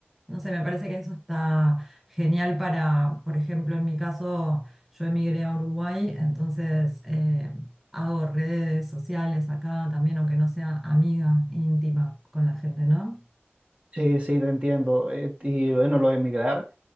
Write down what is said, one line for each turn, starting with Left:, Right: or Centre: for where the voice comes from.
Centre: No sé, me parece que eso está genial para, por ejemplo, en mi caso, yo emigré a Uruguay, entonces eh, hago redes sociales acá también, aunque no sea amiga íntima con la gente, ¿no?
Right: Sí, sí, te entiendo. Eh, y bueno, lo de emigrar,